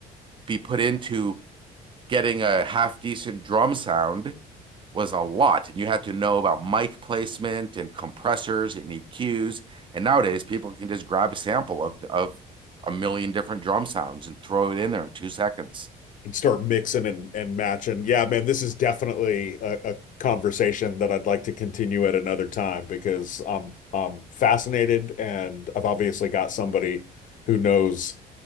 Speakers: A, on the right; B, on the left.
A: be put into getting a half decent drum sound was a lot. And you had to know about mic placement and compressors and EQs. And nowadays, people can just grab a sample of of a million different drum sounds and throw it in there in two seconds.
B: And start mixing and and matching. Yeah, man, this is definitely a, a conversation that I'd like to continue at another time because I'm I'm fascinated and I've obviously got somebody who knows